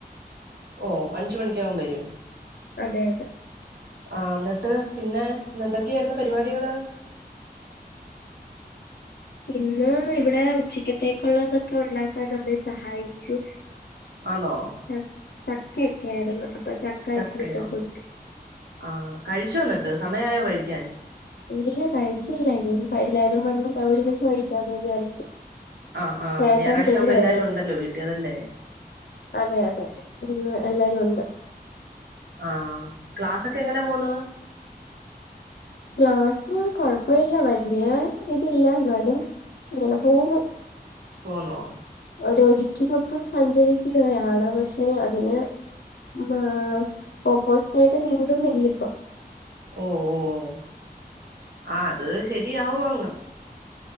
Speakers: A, on the right; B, on the left.
A: ഓ അഞ്ചുമണിക്ക് അവൻ വരും
B: അതെ അതെ
A: ആ ഇന്നെട്ട് പിന്നെ ഇന്നെന്തെക്കെയായിരുന്നു പരിപാടികള്.
B: ഇന്ന് ഇവെടെ ഉച്ചിക്കത്തേക്കുള്ളതൊക്കെ ഒണ്ടാക്കാൻ അമ്മെയെ സഹായിച്ചു.
A: ആന്നോ?
B: ആഹ് ചക്കയെക്കെയായിരുന്നു അപ്പൊ ചക്ക
A: ചക്കയോ
B: അരിഞ്ഞൊക്കെ കൊടുത്ത്
A: ആഹ് കഴിച്ചോ എന്നെട്ട് സമയായോ കഴിക്കാൻ?
B: ഇല്ല കഴിച്ചില്ല ഇനി എല്ലാരും വന്ന് ഒരുമിച്ച് കഴിക്കാന്ന് വിചാരിച്ച്
A: ആഹ് ആ
B: ചേട്ടൻ
A: ഞായറായ്ചയാവുമ്പോ
B: തുണി കഴുകുന്നു
A: എല്ലാരും ഒണ്ടല്ലോ വീട്ടി അതല്ലേ?
B: അതെ അതെ ഇന്ന് എല്ലാരുവുണ്ട്.
A: ആഹ് ക്ലാസൊക്കെ എങ്ങനെ പോണ്.
B: ക്ലാസ് കൊഴപ്പെയില്ല വല്ല്യയിതില്ല എന്നാലും. ഇങ്ങനെ പോവുന്ന്
A: പോവ്ന്നോ?
B: ഒരൊഴിക്കിനൊപ്പം സഞ്ചരിക്കുകയാണ് പക്ഷെ അതിന് ആഹ് ഓപ്പോസിറ്റായിട്ട് നീന്തുന്നില്ലിപ്പൊ.
A: ഓഹ് ഓഹ് ആ അത് ശരിയാവും അങ്ങ്.